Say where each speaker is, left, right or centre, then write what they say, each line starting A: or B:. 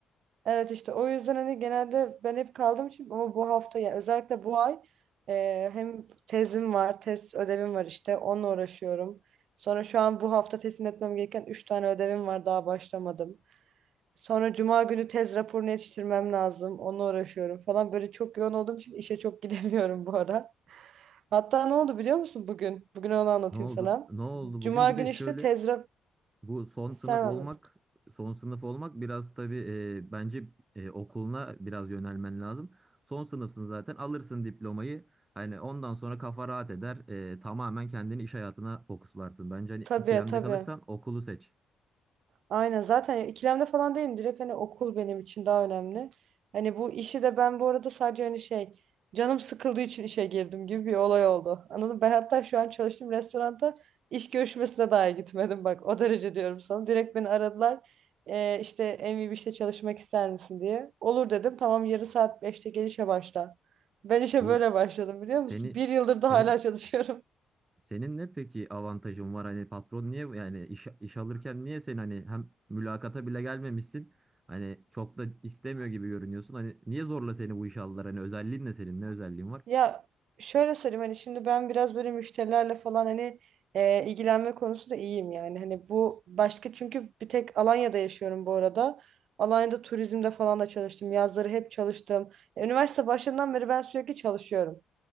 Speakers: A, on the right; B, on the right.
A: Evet işte o yüzden hani genelde ben hep kaldım çünkü ama bu hafta yani özellikle bu ay e, hem tezim var, tez ödevim var işte onunla uğraşıyorum. Sonra şu an bu hafta teslim etmem gereken 3 tane ödevim var daha başlamadım. Sonra cuma günü tez raporunu yetiştirmem lazım. Onunla uğraşıyorum falan. Böyle çok yoğun olduğum için işe çok <laughs> gidemiyorum bu ara. Hatta ne oldu biliyor musun bugün? Bugün onu anlatayım
B: Ne oldu?
A: sana.
B: Ne oldu
A: Cuma
B: bugün? Bir
A: günü
B: de şöyle
A: işte tez rap...
B: Bu son sınıf
A: Sen
B: olmak,
A: anlat.
B: son sınıf olmak biraz tabii e, bence e, okuluna biraz yönelmen lazım. Son sınıfsın zaten alırsın diplomayı. Hani ondan sonra kafa rahat eder. E, tamamen kendini iş hayatına fokuslarsın. Bence hani
A: Tabii
B: ikilemde
A: tabii.
B: kalırsan okulu seç.
A: Aynen zaten ikilemde falan değilim direkt hani okul benim için daha önemli. Hani bu işi de ben bu arada sadece hani şey canım sıkıldığı için işe girdim gibi bir olay oldu. Anladım ben hatta şu an çalıştığım restoranda iş görüşmesine dahi gitmedim bak o derece diyorum sana. Direkt beni aradılar "Ee, işte en iyi bir işte çalışmak ister misin diye. Olur dedim tamam yarın saat 5'te gel işe başla. Ben işe
B: Bu
A: böyle başladım biliyor
B: seni
A: musun? Bir yıldır
B: senin
A: da hala çalışıyorum.
B: senin ne peki avantajın var? Hani patron niye yani iş, iş alırken niye sen hani hem mülakata bile gelmemişsin. Hani çok da istemiyor gibi görünüyorsun. Hani niye zorla seni bu işe aldılar? Hani özelliğin ne senin? Ne özelliğin var?
A: Ya şöyle söyleyeyim hani şimdi ben biraz böyle müşterilerle falan hani e, ilgilenme konusunda iyiyim yani. Hani bu başka çünkü bir tek Alanya'da yaşıyorum bu arada. Alanya'da turizmde falan da çalıştım. Yazları hep çalıştım. E, Üniversite başından beri ben sürekli çalışıyorum.